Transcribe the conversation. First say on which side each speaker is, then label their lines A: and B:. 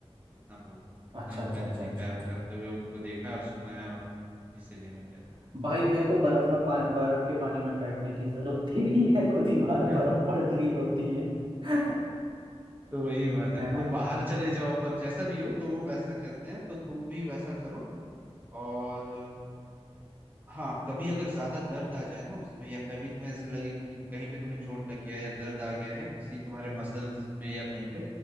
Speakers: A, on the right (about 15°); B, on the right (about 50°).
A: इतना बोल इतना
B: अच्छा
A: तो
B: अच्छा
A: मैंने
B: अच्छा
A: देखा
B: अच्छा
A: है
B: अच्छा
A: और करते हुए उनको देखा और सुना है और इसीलिए मैं कह रहा
B: भाई मेरे को बर्फ में पा, बर्फ के पानी में बैठने की जरूरत ही नहीं है खुद ही बाहर
A: हूँ
B: बर्फ पड़ रही होती है <laughs>
A: <laughs> तो वही बात है
B: है ना
A: तुम बाहर चले जाओ पर जैसा भी हो तो वो वैसा करते हैं तो तुम भी वैसा करो और हाँ कभी अगर ज्यादा दर्द आ जाए ना उसमें या कभी तुम्हें ऐसे लगे कि कहीं पे तुम्हें चोट लग गया है या दर्द आ गया है किसी तुम्हारे मसल्स में या कहीं पे